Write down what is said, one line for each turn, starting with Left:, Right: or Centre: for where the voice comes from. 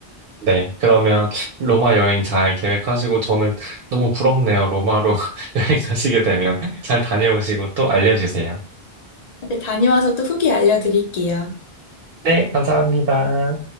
Right: 네, 그러면 로마 여행 잘 계획하시고 저는 너무 부럽네요. 로마로 <laughs> 여행 가시게 되면 잘 다녀오시고 또 알려주세요.
Left: 네, 다녀와서 또 후기 알려드릴게요.
Right: 네, 감사합니다.